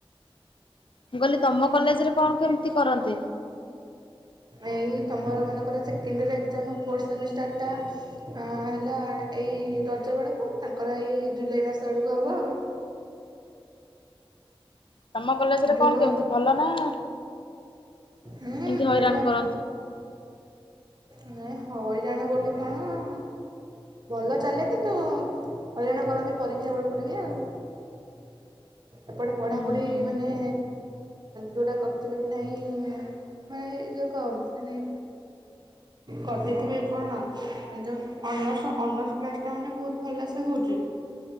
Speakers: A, on the left; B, on the right.
A: ମୁଁ କଲି ତମ କଲେଜ ରେ କଣ କେମିତି କରନ୍ତି?
B: ଏଇ ତମର ମାନଙ୍କର ସେକେଣ୍ଡୟର ଏଗ୍ଜାମ୍ ଫୋର୍ଥ ସେମିଷ୍ଟାର ଟା ଅ ହେଲା ଏଇ ରଜ ବେଳକୁ ତାଙ୍କର ଏଇ ଜୁଲାଇ ମାସ ଆଡକୁ ହବ ଆଉ।
A: ତମ କଲେଜରେ
B: ଜୁନ୍
A: କଣ କେମିତି ଭଲ ନା ଏମତି
B: ହୁଁ ଭଲ
A: ହଇରାଣ କରନ୍ତି?
B: ନାଇଁ ହଇରାଣ ବୋଲି କଣ ଭଲ ଚାଲେ କିନ୍ତୁ ହଇରାଣ କରନ୍ତି ପରୀକ୍ଷା ବେଳକୁ ଟିକେ ଆଉ। ଏପଟେ ପଢାପଢି
A: ହୁଁ ହୁଁ
B: ମାନେ ଯଉଟା କରିଥିବେ କି ନାହିଁ ମେ ଏଉ ଯଉ ମାନେ କରିଦେଇଥିବେ କଣ ଯୋଉ ଅନସ୍ ଅନସ୍ କ୍ଲାସ୍ ଟା ମାନେ ବହୁତ ଭଲସେ ହୋଉଛି।